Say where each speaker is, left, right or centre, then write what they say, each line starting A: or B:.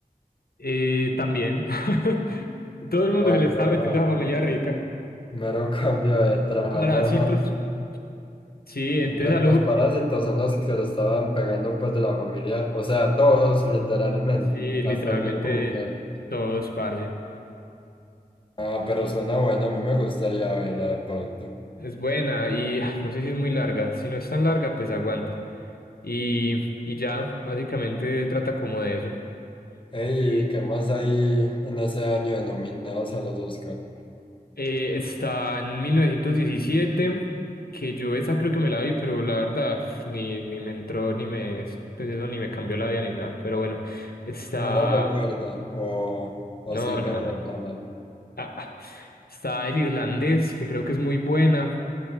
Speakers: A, on the left; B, on the left.
A: Eh, también. <laughs> Todo el mundo
B: Ay,
A: se le está
B: pero
A: metiendo
B: ah,
A: a
B: me-
A: la familia rica.
B: mero <laughs> cambio de trama.
A: Parásitos.
B: ajá.
A: Sí, ente
B: Entonces
A: de salud.
B: los parásitos son los que se estaban pegando pues de la familia, o sea, todos literalmente,
A: Sí, literalmente
B: hasta el del búnker.
A: todos, parce.
B: Ah,
A: Y
B: pero suena bueno, a mí me gustaría verla de pronto.
A: es buena y ah, no sé si es muy larga. Si no es tan larga, pues aguanta. Y, y ya, básicamente trata como de eso.
B: Ey,
A: Y
B: ¿qué más hay en ese año de nominados a los Oscar?
A: Eh, está en mil novecientos diecisiete que yo esa creo que me la vi, pero la verdad pf, ni, ni me entró, ni me, pues eso ni me cambió la vida ni nada. Pero bueno, está,
B: No la recuerda, o, o
A: no,
B: sí, pero
A: nada.
B: normal.
A: Ah, ah. está El Irlandés, que creo que es muy buena,